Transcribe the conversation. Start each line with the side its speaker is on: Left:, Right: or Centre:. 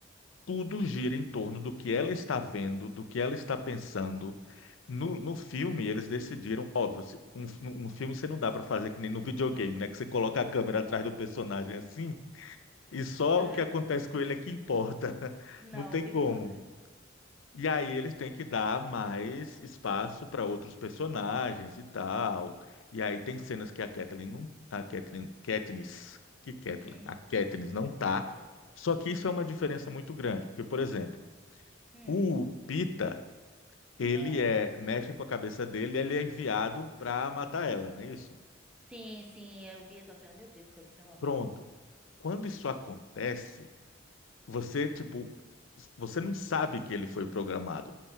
Left: tudo gira em torno do que ela está vendo, do que ela está pensando. No, no filme, eles decidiram, óbvio, se- um, no filme você não dá para fazer que nem no videogame, né? Que você coloca a câmera atrás do personagem assim, e só
Centre: <laughs>
Left: o que acontece com ele é que importa. <laughs>
Centre: Ah, não,
Left: Não tem
Centre: tem
Left: como.
Centre: como fazer.
Left: E aí eles têm que dar mais espaço para outros personagens e tal. E aí tem cenas que a Catelyn não, a Catelyn, Katniss, que Catelyn,
Centre: Uhum.
Left: a Katniss não tá.
Centre: Katniss.
Left: Só que isso é uma diferença muito grande, porque por exemplo,
Centre: Hum.
Left: o Pita, ele
Centre: É.
Left: é mexe com a cabeça dele, ele é enviado para matar ela, não é isso?
Centre: Sim, sim, eu vi essa cena. Meu Deus do céu, que cena horrível.
Left: Pronto. Quando isso acontece você, tipo, você não sabe que ele foi programado.